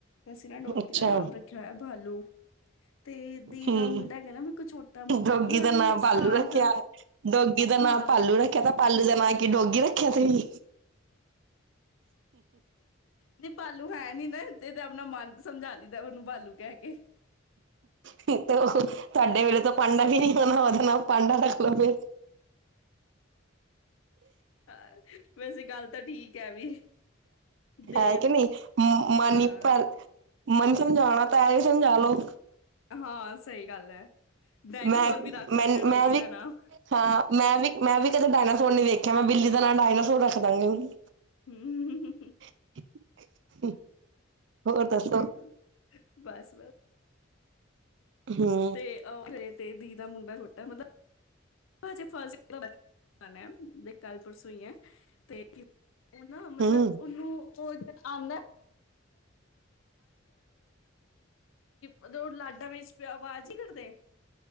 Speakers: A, on the left; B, on the right.
A: ਅਸੀਂ ਨਾਂ ਡੋਗੀ
B: ਅੱਛਾ
A: ਦਾ ਨਾਮ ਰੱਖਿਆ ਹੋਯਾ ਬਾਲੂ। ਤੇ ਦੀ
B: ਹੂੰ
A: ਦਾ ਮੁੰਡਾ ਹੈਗਾ ਨਾ ਵੀ ਬਿਲਕੁਲ ਛੋਟਾ ਮੁੰਡਾ
B: ਡੋਗੀ
A: ਮਤਲਬ
B: ਦਾ
A: ਹਜੇ
B: ਨਾਂ ਭਾਲੂ
A: ਸਾਲ
B: ਰੱਖਿਆ।
A: ਦਾ
B: ਡੋਗੀ ਦਾ ਨਾਂ
A: ਹਾਂ।
B: ਪਾਲੂ ਰੱਖਿਆ ਤਾਂ ਪਾਲੂ ਦਾ ਨਾਂ ਕੀ ਡੋਗੀ ਰੱਖਿਆ ਦਾ ਈ।
A: ਨੀ ਪਾਲੂ ਹੈ ਨੀ ਨਾ ਐਥੇ ਤੇ ਆਪਣਾ ਮਨ- ਸਮਝਾ ਲੀ ਦਾ ਓਨੂੰ ਬਾਲੂ ਕਹਿ ਕੇ
B: ਤੇ ਤੁਹਾਡੇ ਵੇਲੇ ਤਾਂ ਪਾਂਡਾ ਵੀ ਨੀ ਹੋਣਾ ਉਹਦਾ ਨਾਮ ਪਾਡਾ ਰੱਖ ਲੋ ਫੇਰ
A: ਹ ਵੈਸੇ ਗੱਲ- ਤਾਂ ਠੀਕ ਐ ਵੀ ਤੇ
B: ਹੈ ਕਿ ਨਹੀਂ ਮਾਨੀ
A: ਹਾਂ।
B: ਪਰ ਮਨ ਸਮਝਾਣਾ ਤਾਂ ਏਹੀ ਸਮਝਾ ਲੋ।
A: ਹਾਂ ਸਹੀ ਗੱਲ ਐ ਡਾਇਨਾਸੋਰ
B: ਮੈਂ
A: ਵੀ ਰੱਖ ਸਕਦੇ
B: ਮੈਂ
A: ਆ ਡੋਗੀ
B: ਮੈਂ ਵੀ
A: ਦਾ ਨਾਮ
B: ਹਾਂ ਮੈਂ ਵੀ ਮੈਂ ਵੀ ਕਦੇ ਡਾਇਨਾਸੋਰ ਨੀ ਵੇਖਿਆ ਮੈਂ ਬਿੱਲੀ ਦਾ ਨਾਲ ਡਾਇਨਾਸੋਰ ਰੱਖ ਦਾਂਗੀ।
A: ਹੂੰ।
B: <unintelligible> ਹੋਰ ਦੱਸੋ
A: ਬਿਲਕੁਲ ਬਸ-ਬਸ।
B: ਹੂੰ
A: ਤੇ ਓਥੇ ਤੇ ਦੀ ਦਾ ਮੁੰਡਾ ਛੋਟਾ ਮਤਲਬ ਹਜੇ ਫਸਟ ਕਲਾਸ ਚ ਜਾਣਾ ਤੇ ਕੱਲ੍ਹ ਪਰਸੋਂ ਈ ਐ ਤੇ ਹੈਨ ਮਤਲਬ
B: ਹੂੰ
A: ਓਨੂੰ <inaudible> ਕਿ ਮਤਲਬ ਓ ਲਾਡਾਂ ਵਿੱਚ ਆਵਾਜ਼ ਨੀ ਕਡਦੇ